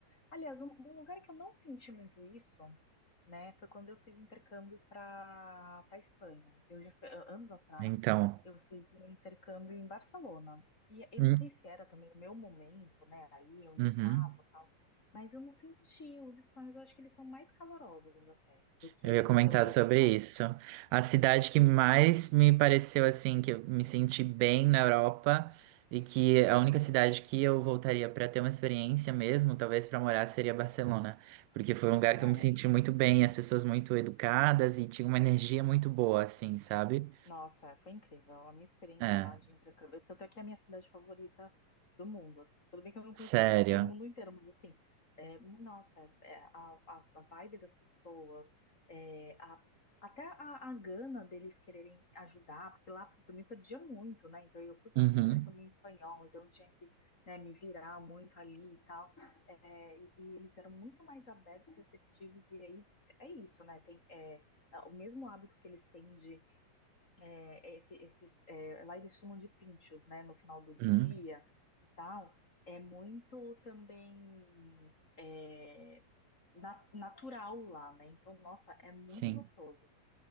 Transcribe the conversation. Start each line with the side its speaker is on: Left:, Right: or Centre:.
Left: Aliás, um, um lugar que eu não senti muito isso, né, foi quando eu fiz intercâmbio para para Espanha. Eu já fe- anos atrás
Right: então...
Left: eu fiz um intercâmbio em Barcelona. E eu
Right: hum,
Left: não sei se era também o meu momento, né, ali onde
Right: uhum.
Left: eu estava, tal, mas eu não senti. Os espanhóis, eu acho que eles são mais calorosos até do que
Right: Eu ia comentar
Left: do que os outros
Right: sobre
Left: países.
Right: isso. A cidade que mais me pareceu assim, que eu me senti bem na Europa e que a única cidade que eu voltaria para ter uma experiência mesmo, talvez para morar, seria Barcelona, porque foi um lugar
Left: Ah,
Right: que eu me
Left: é.
Right: senti muito bem, as pessoas muito educadas e tinha uma energia muito boa, assim, sabe?
Left: Nossa, foi incrível. A minha experiência
Right: É,
Left: lá de intercâmbio, tanto é que é a minha cidade favorita do mundo, assim. Tudo bem que eu não
Right: sério.
Left: conheço todo mundo inteiro, mas assim, é, nossa, é, a, a, a vibe das pessoas, é, a- até a, a gana deles quererem ajudar, porque lá, putz, eu me perdia muito, né? Então eu fui para
Right: Uhum.
Left: fazer um intercâmbio em espanhol, então eu tinha que, né, me virar muito ali e tal. É, e, e eles eram muito mais abertos, receptivos, e aí é isso, né? Tem, é, o mesmo hábito que eles têm de é, esse- esses, é, lá eles chamam de pinchos, né? No final do dia,
Right: Uhum.
Left: tal. É muito também é, na- natural lá, né? Então, nossa, é muito
Right: Sim.
Left: gostoso.